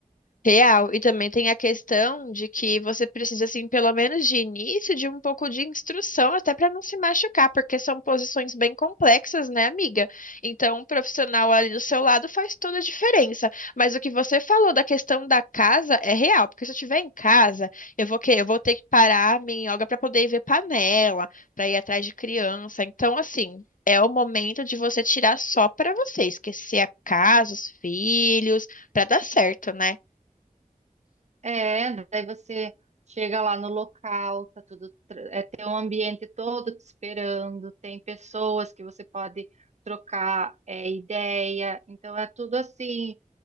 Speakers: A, on the left; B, on the right.
A: Real, e também tem a questão de que você precisa, assim, pelo menos de início, de um pouco de instrução, até para não se machucar, porque são posições bem complexas, né, amiga? Então, um profissional ali do seu lado faz toda a diferença. Mas o que você falou da questão da casa é real, porque se eu estiver em casa, eu vou quê? Eu vou ter que parar a minha yoga para poder ver panela, para ir atrás de criança. Então, assim. É o momento de você tirar só para você, esquecer a casa, os filhos, para dar certo, né?
B: É, daí você chega lá no local, tá tudo, tra- é, tem um ambiente todo te esperando, tem pessoas que você pode trocar é, ideia, então é tudo assim,